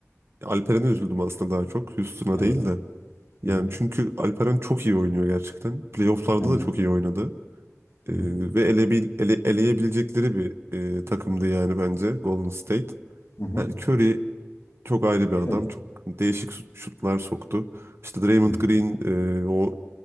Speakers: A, on the right; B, on the left.
A: Alperen'e üzüldüm aslında daha çok Houston'a
B: Evet.
A: değil de.
B: Hı
A: Yani
B: hı.
A: çünkü Alperen çok iyi oynuyor gerçekten. Playoff'larda
B: Bence
A: da çok
B: de.
A: iyi oynadı. Ee,
B: Hı hı.
A: ve elebil, ele- eleyebilecekleri bir e, takımdı yani bence Golden State.
B: Hı hı.
A: Yani Curry çok ayrı bir adam.
B: Şöyle.
A: Çok değişik şut- şutlar soktu. İşte Draymond
B: Evet.
A: Green e, o